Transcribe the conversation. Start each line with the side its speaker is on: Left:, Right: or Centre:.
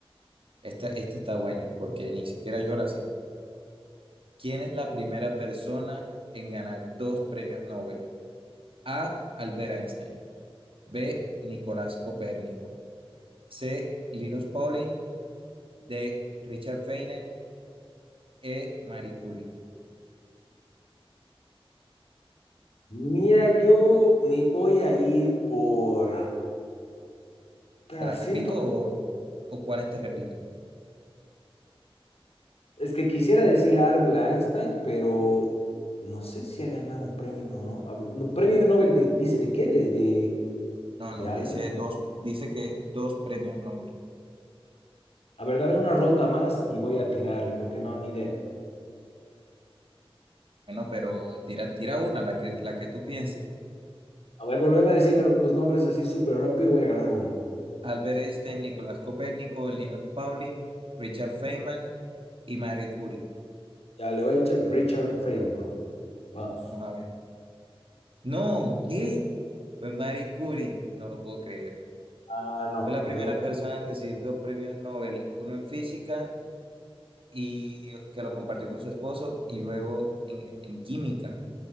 Right: Esta, esta está buena, porque ni siquiera yo la sé. ¿Quién es la primera persona en ganar dos premios Nobel? A. Albert Einstein. B. Nicolás Copérnico. C. Linus Pauling. D. Richard Feynman. E. Marie Curie.
Left: Mira, yo me voy a ir por... ta,
Right: ¿Te la
Left: Siento,
Right: repito o, o cuáles te repito?
Left: es que quisiera decir a Albert Einstein, pero no sé si ha ganado un premio o no. A ver, no, ¿Premio Nobel de, dice de qué? ¿De, de,
Right: No,
Left: de
Right: no,
Left: algo?
Right: dice dos, dice que dos premios Nobel.
Left: A ver, dame una ronda más y voy a atinarle, porque no, ni idea.
Right: Bueno, pero tira, tira una, la que, la que tú pienses.
Left: A ver, volveme a decirme los nombres así súper rápido, voy a agarrar uno.
Right: Albert Einstein, Nicolás Copérnico, Linus Pauling, Richard Feynman y Marie Curie.
Left: Ya, le voy a echar Richard Feynman. Vamos.
Right: Vamos a ver. No, ¿qué? Fue Marie Curie, no lo puedo creer.
Left: Ah, no,
Right: Fue la primera
Left: yo
Right: persona en recibir dos premios Nobel, uno en física y que lo compartió con su esposo y luego en, en química.